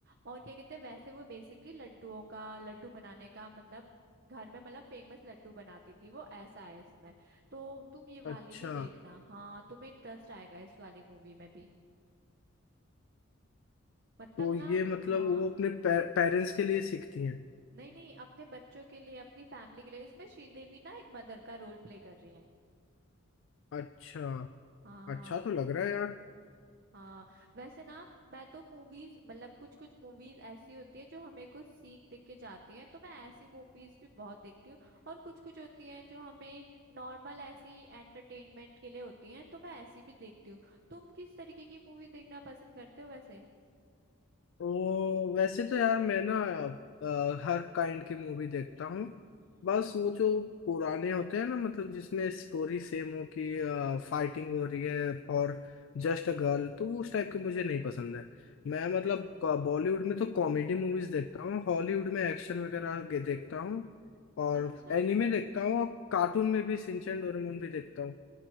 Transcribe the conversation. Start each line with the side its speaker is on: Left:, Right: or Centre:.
Right: और क्या कहते हैं वैसे वो बेसिकली लड्डुओं का लड्डू बनाने का मतलब घर में मतलब फेमस लड्डू बनाती थी वो ऐसा है इसमें तो तुम ये वाली
Left: अच्छा
Right: भी देखना हाँ तुम्हें इंटरेस्ट आएगा इस वाली मूवी में भी मतलब
Left: तो ये
Right: ना
Left: मतलब
Right: हाँ
Left: वो अपने पेरेंट्स के लिए सीखती हैं
Right: नहीं नहीं अपने बच्चों के लिए अपनी फैमिली के लिए इसमें श्रीदेवी ना एक मदर का रोल प्ले कर रही है
Left: अच्छा
Right: हाँ
Left: अच्छा तो लग रहा है यार
Right: हाँ वैसे ना मैं तो मूवीज मतलब कुछ कुछ मूवीज ऐसी होती है जो हमें कुछ सीख दे के जाती हैं तो मैं ऐसी मूवीज भी बहुत देखती हूँ और कुछ कुछ होती हैं जो हमें नॉर्मल ऐसी एंटरटेनमेंट के लिए होती हैं तो मैं ऐसी भी देखती हूँ तुम किस तरीके की मूवी देखना पसंद करते हो वैसे
Left: वो वैसे तो यार मैं ना अ, हर काइंड की मूवी देखता हूँ
Right: हम्म
Left: बस वो जो पुराने होते हैं ना मतलब जिसमें स्टोरी सेम हो कि फाइटिंग हो रही है और जस्ट अ गर्ल तो उस टाइप के मुझे नहीं पसंद है मैं मतलब बॉलीवुड में तो कॉमेडी मूवीज देखता हूँ हॉलीवुड में एक्शन वगैरह के देखता हूँ और
Right: अच्छा
Left: एनिमे देखता हूँ और कार्टून में भी सिंचन डोरेमोन भी देखता हूँ